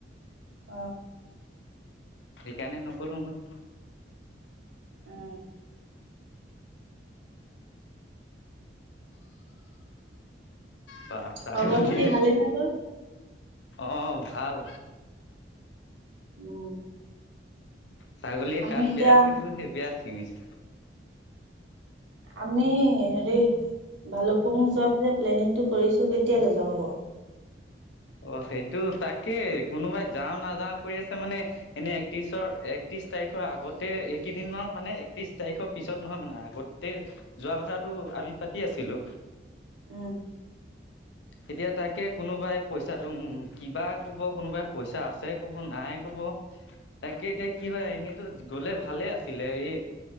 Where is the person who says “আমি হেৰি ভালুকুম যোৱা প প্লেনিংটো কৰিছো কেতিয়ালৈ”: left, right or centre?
Right